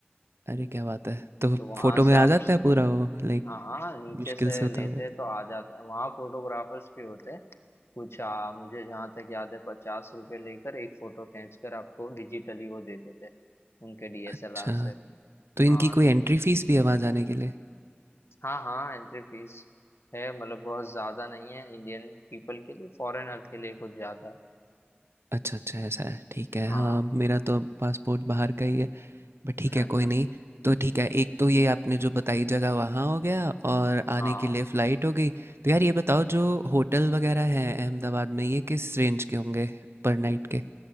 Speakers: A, on the right; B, on the left.
A: अरे क्या बात है तो
B: तो वहां
A: फोटो
B: से
A: में
B: आप
A: आ जाता है पूरा वो लाइक
B: हाँ हाँ नीचे
A: मुश्किल
B: से
A: से होता
B: लेते
A: हुआ
B: हैं तो आ जाता है वहाँ फोटोग्राफर्स भी होते हैं कुछ आ, मुझे जहाँ तक याद है पचास रुपए लेकर एक फोटो खींचकर आपको डिजिटली वो दे देते हैं उनके डीएसएलआर
A: अच्छा
B: से
A: तो इनकी
B: हाँ
A: कोई एंट्री फीस भी है वहाँ जाने के लिए
B: हाँ हाँ एंट्री फीस है मतलब बहुत ज्यादा नहीं है इंडियन पीपल के लिए फॉरेनर के लिए कुछ ज्यादा है
A: अच्छा अच्छा ऐसा है ठीक है
B: हाँ
A: हाँ मेरा तो पासपोर्ट बाहर का ही है बट ठीक
B: <laughs>
A: है कोई नहीं तो ठीक है एक तो ये आपने जो बताई जगह वहाँ हो गया और आने
B: हाँ
A: के लिए फ़्लाइट हो गई तो यार ये बताओ जो होटल वगैरह हैं अहमदाबाद में ये किस रेंज के होंगे पर नाइट के